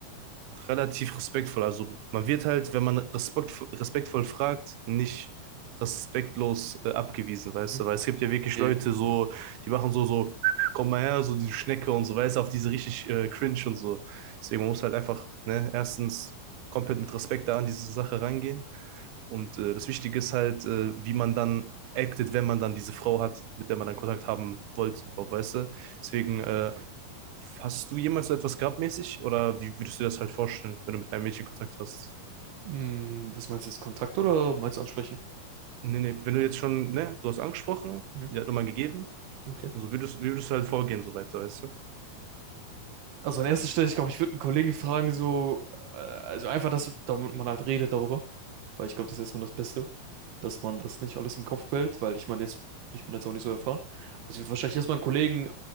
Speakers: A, on the right; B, on the right.
A: relativ respektvoll. Also man wird halt, wenn man respekt, respektvoll fragt, nicht respektlos äh, abgewiesen, weißt
B: Mhm.
A: du? Weil es gibt ja wirklich
B: Nee.
A: Leute so, die machen so, so, komm mal her, so die Schnecke und so, weißt du, auf diese richtig äh, cringe und so. Deswegen man muss halt einfach, ne, erstens komplett mit Respekt da an diese Sache rangehen. Und äh, das Wichtige ist halt, äh, wie man dann acted, wenn man dann diese Frau hat, mit der man dann Kontakt haben wollte, überhaupt, weißt du? Deswegen, äh, hast du jemals so etwas gehabt mäßig? Oder wie würdest du dir das halt vorstellen, wenn du mit einem Mädchen Kontakt hast?
B: Hm, was meinst du jetzt, Kontakt oder meinst du ansprechen?
A: Nee, nee, wenn du jetzt schon, ne, du hast angesprochen,
B: Mhm.
A: die hat Nummer gegeben,
B: Okay.
A: und so würdest, wie würdest du halt vorgehen, so weiter, weißt du?
B: Also an erster Stelle, ich glaube, ich würde einen Kollegen fragen, so, äh, also einfach, dass damit man halt redet darüber. Weil ich glaube, das ist erstmal das Beste, dass man das nicht alles im Kopf behält, weil ich meine, jetzt, ich bin jetzt auch nicht so erfahren. Also ich würde wahrscheinlich erstmal einen Kollegen